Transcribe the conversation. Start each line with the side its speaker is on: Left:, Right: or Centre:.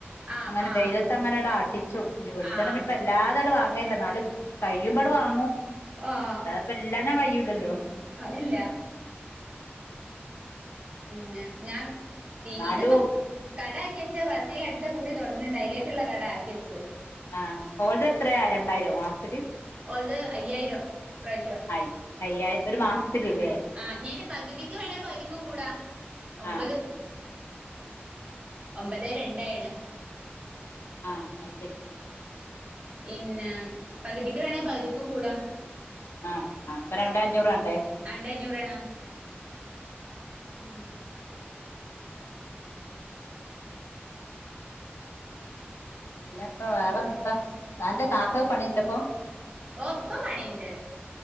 Right: ആഹ്
Left: അങ്ങനെ
Right: ആഹ്
Left: വെയിലത്ത് അങ്ങനെ ആട്ടിച്ചു ഇല്ല വെളിച്ചെണ്ണ
Right: ആഹ്
Left: ഇപ്പം വല്ലാതെ വാങ്ങല്ല ഇന്നാലും കഴിയുമ്പോ ആട്ട് വാങ്ങും
Right: ആഹ്
Left: <unintelligible> കയ്യൂല ല്ലോ
Right: അതില്ല ഉമ് ഞാൻ പി
Left: എന്നാലും
Right: ഇതിപ്പോ കട ആക്കി ഫസീല അടുത്ത കുറി തുടങ്ങുന്നുണ്ട് അതിലേക്കുള്ള കട ആക്കിച്ചെ
Left: ആഹ് ഓൾത എത്രയാ രണ്ടായിരോ മാസ്ത്തില്‍
Right: ഓൾതെ അയ്യായിരം ഇപ്രാശ്യം
Left: ആയി അയ്യായിരം ഒരു മാസത്തിലില്ലേ
Right: ആഹ് ഇനി അയിന്റെ പകുതിക്ക് വേണേ പകുതിക്കും കൂടാ ഒമ്പത്
Left: ആഹ്
Right: ഒമ്പതെ രണ്ടായിണ്
Left: ആഹ് ഇന്നാ ശരി
Right: പിന്നെ പകുതിക്ക് വേണേ പകുതിക്കും കൂടാ
Left: ആഹ് ആഹ് ഇപ്പൊ രണ്ടേ അഞ്ഞൂറാണ്.
Right: രണ്ടെ അഞ്ഞൂറാണ് ഉമ്
Left: പിന്നെപ്പോ വേറെന്ത് ത്താ താന്റെ കാക്ക പണിണ്ടപ്പൊ
Right: ഓഹ് ഇപ്പം പണിയിണ്ട്